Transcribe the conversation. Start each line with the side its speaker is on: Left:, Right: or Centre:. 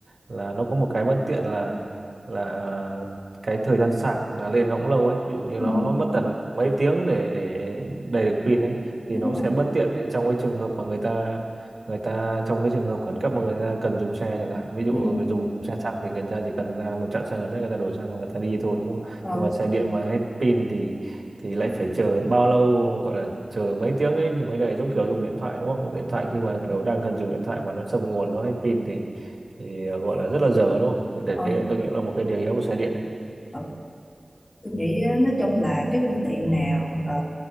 Right: là nó có một cái bất tiện là là cái thời gian sạc là lên nó cũng lâu ấy. Ví dụ như
Left: ừ,
Right: nó nó mất tận mấy tiếng để để đầy được pin ấy thì
Left: đúng
Right: nó
Left: rồi
Right: sẽ bất tiện trong cái trường hợp mà người ta người ta trong cái trường hợp khẩn cấp mà người ta cần dùng xe chẳng hạn ví dụ
Left: ừ,
Right: dùng xe xăng thì người ta chỉ cần ra một trạm xăng gần nhất người ta đổ xăng và người ta đi thôi đúng không
Left: ừ,
Right: nhưng mà xe điện mà hết pin thì thì lại phải chờ bao lâu gọi là chờ mấy tiếng đấy thì mới đầy giống kiểu dùng điện thoại đúng không dùng điện thoại khi mà
Left: ừ,
Right: kiểu đang cần dùng điện thoại mà nó sập nguồn nó hết pin thì thì gọi là rất là dở đúng không thì đấy
Left: ừ.
Right: tôi nghĩ là một cái điểm yếu của xe điện đấy
Left: ừ. tôi nghĩ á, nói chung là cái phương tiện nào ờ,